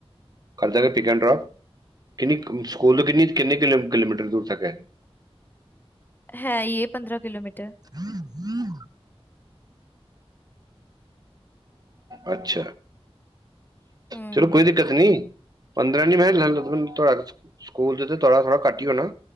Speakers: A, on the right; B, on the left.
A: ਕਰ ਦਾਂਗੇ ਪਿੱਕ ਐਂਡ ਡਰੋਪ। ਕਿੰਨੀ ਕੋ ਸਕੂਲ ਤੋਂ ਕਿਨੀ ਕਿੰਨੇ ਕਿਲੋਮੀਟਰ ਦੂਰ ਤੱਕ ਹੈਗਾ।
B: ਹੈਈਏ ਪੰਦਰਾਂ ਕਿਲੋਮੀਟਰ।
A: <unintelligible> ਅੱਛਾ,
B: ਹੂੰ
A: ਚਲੋ ਕੋਈ ਦੀ ਕੱਤ ਨੀ ਪੰਦਰਾਂ ਨੀ ਮੈਂ ਕਕੇਆ ਸਕੂਲ ਤੇ ਥੋੜਾ ਥੋੜਾ ਕੱਟ ਈ ਹੋਣਾ।